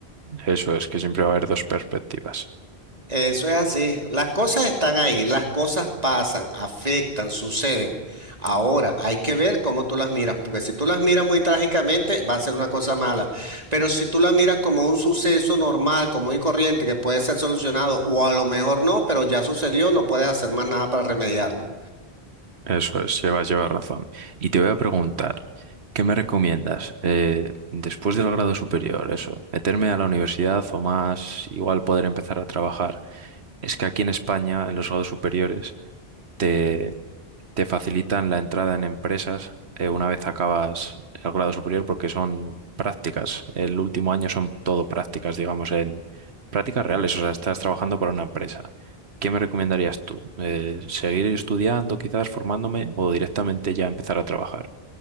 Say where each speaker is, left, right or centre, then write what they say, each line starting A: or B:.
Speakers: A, on the right; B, on the right.
A: Eso es, que siempre va a haber dos perspectivas.
B: Eso es así. Las cosas están ahí, las cosas pasan, afectan, suceden. Ahora hay que ver cómo tú las miras, porque si tú las miras muy trágicamente, va a ser una cosa mala. Pero si tú las miras como un suceso normal, común y corriente, que puede ser solucionado, o a lo mejor no, pero ya sucedió, no puedes hacer más nada para remediarlo.
A: Eso es, llevas, llevas razón. Y te voy a preguntar, ¿qué me recomiendas? Eh, después del grado superior, eso, meterme a la universidad o más, igual poder empezar a trabajar. Es que aquí en España, en los grados superiores, te, te facilitan la entrada en empresas eh, una vez acabas el grado superior porque son prácticas. El último año son todo prácticas, digamos, en prácticas reales, o sea, estás trabajando para una empresa. ¿Qué me recomendarías tú? Eh, ¿seguir estudiando, quizás formándome, o directamente ya empezar a trabajar?